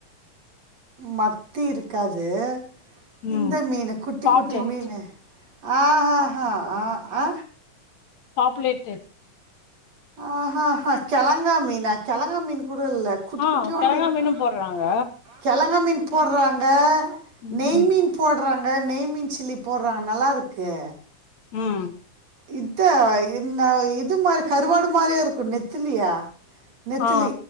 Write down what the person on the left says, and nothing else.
ம்
பாப்லேட்
பாப்லெட்டு
ஆ
கெழங்கா
மீனு போடுறாங்க
ம்
ம்
ஆ